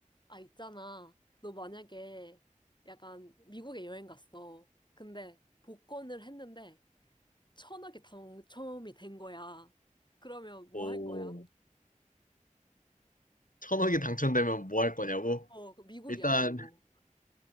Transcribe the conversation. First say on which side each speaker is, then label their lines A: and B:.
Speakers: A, on the left (about 35°); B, on the left (about 85°).
A: 아, 있잖아. 너 만약에 약간 미국에 여행 갔어. 근데 복권을 했는데 천억이 당첨이 된 거야. 그러면 뭐
B: 오,
A: 할 거야?
B: 천억이 당첨되면 뭐 할 거냐고?
A: 어, 어, 그 미국이야,
B: 일단,
A: 그리고.